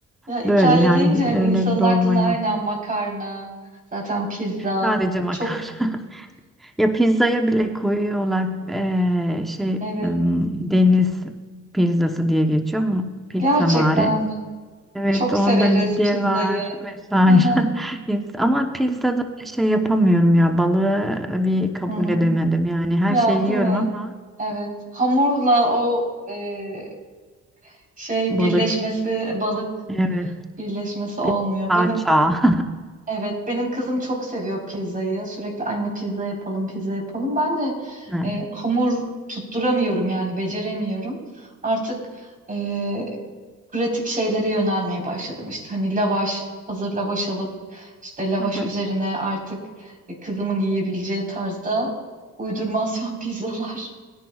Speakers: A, on the right; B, in the centre.
A: Ya İtalya
B: Böyle yani
A: deyince hani
B: öyle
A: insanın
B: bir dolma
A: aklına
B: yok.
A: aynen makarna, zaten pizza.
B: Sadece makarna.
A: Çok
B: <laughs> Ya pizzaya bile koyuyorlar eee, şey
A: evet.
B: em, deniz pizzası diye geçiyor mu? Pizza
A: Gerçekten
B: mare.
A: mi?
B: Evet
A: Çok
B: onda
A: severiz
B: midye
A: pizzayı.
B: var vesaire.
A: Hı hı.
B: <laughs> Yes, Ama pizzada şey yapamıyorum ya balığı bir kabul
A: Hı hı.
B: edemedim. Yani her
A: Ya
B: şeyi
A: değil
B: yiyorum
A: mi?
B: ama
A: Evet. Hamurla o e, şey
B: balık.
A: birleşmesi, balık
B: Evet.
A: birleşmesi olmuyor.
B: Bir de salça.
A: Benim evet, benim kızım çok seviyor pizzayı. Sürekli anne pizza yapalım, pizza yapalım. Ben de
B: <laughs>
A: e, hamur tutturamıyorum yani beceremiyorum. Artık e, pratik şeylere yönelmeye başladım. İşte hani lavaş, hazır lavaş alıp işte lavaş
B: Evet. <laughs>
A: üzerine artık e, kızımın yiyebileceği tarzda uydurmasyon <laughs> pizzalar.